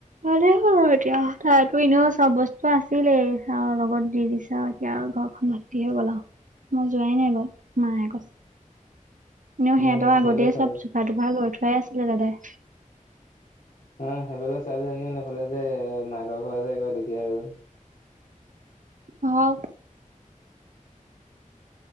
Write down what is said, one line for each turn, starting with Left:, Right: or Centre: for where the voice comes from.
Right: ভালেই হ'ল আৰু এতিয়া থাইত ত এনেও চব বস্তু আছিলেই আ লগত দি দিছে এতিয়া ঘৰখন ভৰ্তি হৈ গল আও মই যোৱাই নাই বাৰু মায়ে কৈছে এনেও
Left: উম
Right: সিহঁতৰ
Left: সেইফালে
Right: আগতেই
Left: ছোৱালী
Right: চব চোফা তোফা লৈ থো কৈ আছিলো দাদাই
Left: অ সেইফালে ছোৱালীজনীয়ে নকলে যে মাকৰ ঘৰ যে একবাৰ দুখীয়া হল
Right: হওক